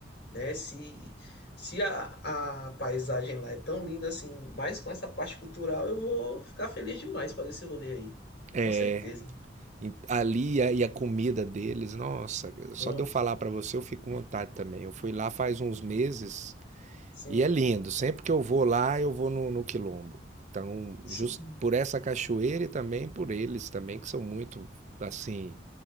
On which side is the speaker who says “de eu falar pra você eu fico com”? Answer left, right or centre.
Right